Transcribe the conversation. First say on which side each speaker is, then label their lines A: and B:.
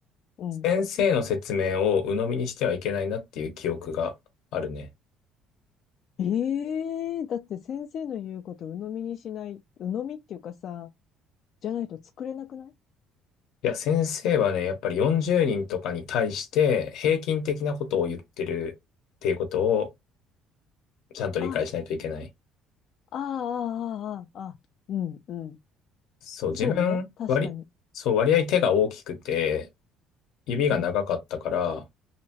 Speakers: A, on the left; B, on the left.
A: うん。
B: 先生の説明を鵜呑みにしてはいけないなっていう記憶があるね。
A: ええだって先生の言うこと鵜呑みにしない、鵜呑みっていうかさ、じゃないと作れなくない
B: いや、先生はね、やっぱり40人とかに対して平均的なことを言ってるっていうことをちゃんと理解しないといけない。
A: あ、ああ、ああ、ああ、ああうん、うん。
B: そう、自分、
A: そうね。確かに。
B: 割り、そう、割合手が大きくて、指が長かったから、
A: うん、